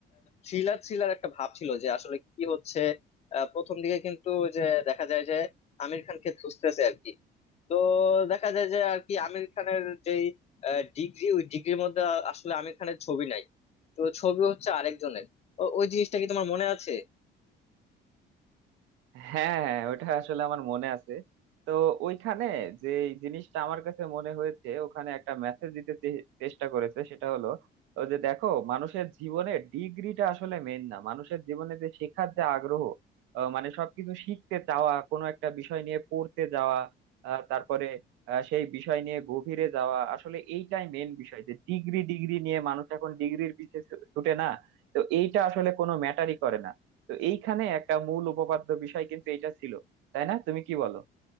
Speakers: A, on the left (about 35°); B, on the right (about 85°).
A: থ্রিলার থ্রিলার একটা ভাব ছিল যে আসলে কি হচ্ছে আহ, প্রথম দিকে কিন্তু যে দেখা যায় যে আমির খানকে খুঁজতেছে আর কি তো দেখা যায় যে আর কি আমির খানের যেই ডিগ্রি ওই ডিগ্রির মধ্যে আসলে আমির খানের ছবি নাই তো ছবি হচ্ছে আরেকজনের ও- ওই জিনিসটা কি তোমার মনে আছে
B: হ্যাঁ হ্যাঁ, ওটা আসলে আমার মনে আছে তো ওইখানে যে এই জিনিসটা আমার কাছে মনে হয়েছে ওখানে একটা মেসেজ দিতে চে- চেষ্টা করেছে সেটা হলো ও যে দেখো মানুষের জীবনে ডিগ্রিটা আসলে মেন না মানুষের জীবনে যে শেখার যে আগ্রহ আহ, মানে সবকিছু শিখতে চাওয়া কোনো একটা বিষয় নিয়ে পড়তে যাওয়া আহ, তারপরে আহ, সেই বিষয় নিয়ে গভীরে যাওয়া আসলে এইটাই মেন বিষয় যে ডিগ্রি ডিগ্রি নিয়ে মানুষ এখন ডিগ্রির পিছে ছু- ছুটে না তো এইটা আসলে কোনো ম্যাটারই করে না তো এইখানে একটা মূল উপপাদ্য বিষয় কিন্তু এটা ছিল তাই না তুমি কি বলো